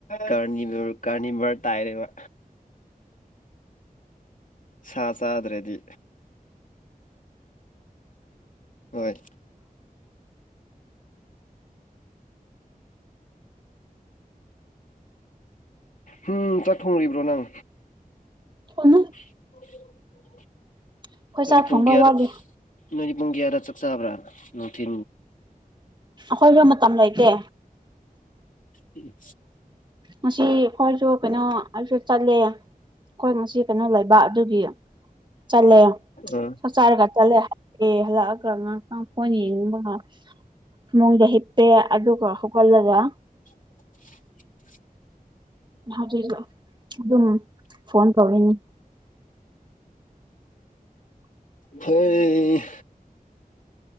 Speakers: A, on the left; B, on the right.
A: ꯀꯔꯅꯤ ꯀꯔꯅꯤ ꯃꯔ ꯇꯥꯏꯔꯦꯕ ꯁꯥ ꯆꯥꯗ꯭ꯔꯦꯗꯤ ꯍꯣꯏ ꯎꯝ ꯆꯥꯛ ꯊꯣꯡꯉꯨꯔꯤꯕ꯭ꯔꯣ ꯅꯪ
B: ꯊꯣꯡꯅꯤ
A: <unintelligible>
B: ꯑꯩꯈꯣꯏ
A: ꯅꯅꯤ
B: ꯆꯥꯛ
A: ꯄꯨꯡ
B: ꯊꯣꯡꯕ
A: ꯀꯌꯥꯗ
B: ꯋꯥꯠꯂꯤ
A: ꯅꯣꯏꯅꯤꯠ ꯄꯨꯡ ꯀꯌꯥꯗ ꯆꯥꯛ ꯆꯥꯕ꯭ꯔꯥ ꯅꯨꯡꯊꯤ
B: ꯑꯩꯈꯣꯏꯁꯨ ꯃꯇꯝ ꯂꯩꯇꯦ
A: ꯎꯝ
B: ꯉ ꯑꯩꯈꯣꯏꯁꯨ ꯀꯩꯅꯣ ꯑꯩꯁꯨ ꯆꯠꯂꯦ ꯍꯣꯏ ꯃꯁꯤ ꯀꯩꯅꯣ ꯂꯩꯕ ꯑꯗꯨꯒꯤ ꯆꯠꯂꯦ
A: ꯑꯥ
B: ꯆꯥꯛ ꯆꯥꯔꯒ ꯆꯠꯂꯦ ꯍꯂꯛꯑꯦ ꯍꯜꯂꯛꯑꯒ ꯑꯥꯡ ꯍꯣꯏ ꯌꯦꯡꯅꯤꯡꯕ ꯊꯃꯣꯏꯗ ꯍꯤꯞꯄꯦ ꯑꯗꯨꯒ ꯍꯧꯒꯠꯂꯒ
A: <unintelligible>
B: ꯍꯧꯖꯤꯛ ꯑꯗꯨꯝ ꯐꯣꯟ ꯇꯧꯔꯤꯅꯤ
A: ꯍꯣꯏ